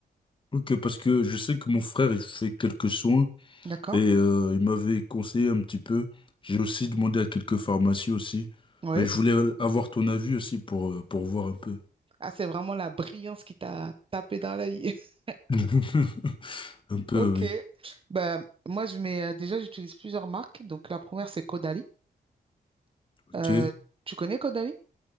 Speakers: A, on the left (about 30°); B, on the right (about 35°).
A: Ok, parce que je sais que mon frère, il fait quelques soins
B: D'accord?
A: et euh, il m'avait conseillé un petit peu. J'ai aussi demandé à quelques pharmacies aussi,
B: Oui.
A: mais je voulais avoir ton avis aussi pour, euh, pour voir un peu.
B: Ah, c'est vraiment la brillance qui t'a tapé dans l'œil. <laughs>
A: <laughs> Un peu,
B: Ok.
A: oui.
B: Bah, moi, je mets, euh, déjà, j'utilise plusieurs marques. Donc, la première, c'est Caudalie.
A: Ok,
B: Euh, tu connais Caudalie?